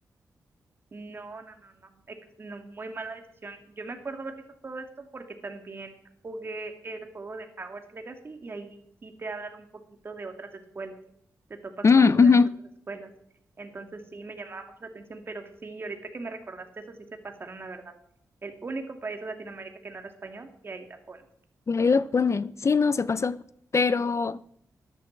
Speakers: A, on the right; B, on the left.
A: No, no, no, no, ex- no, muy mala decisión. Yo me acuerdo haber visto todo esto porque también jugué el juego de Hogwarts Legacy y ahí sí te hablan un poquito de otras escuelas. Te topas
B: Mm,
A: con estudiantes
B: ujú.
A: de otras escuelas. Entonces sí me llamaba mucho la atención, pero sí, ahorita que me recordaste eso, sí se pasaron, la verdad. El único país de Latinoamérica que no habla español y ahí la pones.
B: Y ahí lo ponen, sí, no, se pasó, pero...